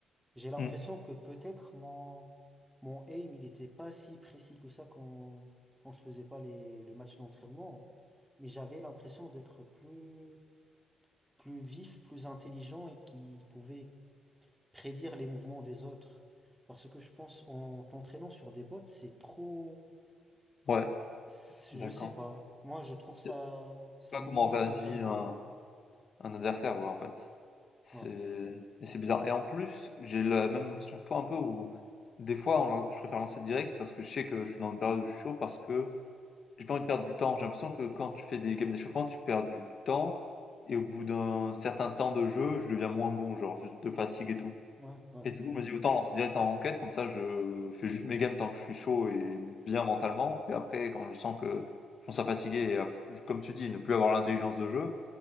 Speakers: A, in the centre; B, on the left.
A: J'ai l'impression
B: Mm.
A: que peut-être mon, mon aim, il était pas si précis que ça quand, quand je faisais pas les, les matchs d'entraînement, mais j'avais l'impression d'être plus, plus vif, plus intelligent et qui pouvait prédire les mouvements des autres. Parce que je pense en t'entraînant sur des bots, c'est trop
B: Ouais,
A: c'est-
B: d'accord.
A: Je sais pas. Moi, je trouve ça,
B: C'est c'est
A: ça
B: pas
A: me
B: comment
A: limite
B: réagit
A: en termes de.
B: un, un adversaire, ouais, en fait. C'est
A: Ouais,
B: et c'est bizarre et en plus, j'ai la même impression que toi un peu où des fois on lan je préfère lancer direct parce que je sais que je suis dans une période où je suis chaud parce que j'ai pas envie de perdre du temps. J'ai l'impression que quand tu fais des games d'échauffement, tu perds du temps et au bout d'un certain temps de jeu, je deviens moins bon, genre juste de fatigue et tout
A: ouais, ouais,
B: et du
A: ouais,
B: coup, je me dis: «Autant lancer direct en enquête comme ça je fais juste mes games tant que je suis chaud et bien mentalement» et après quand je sens que je commence à fatiguer et à comme tu dis, ne plus avoir l'intelligence de jeu,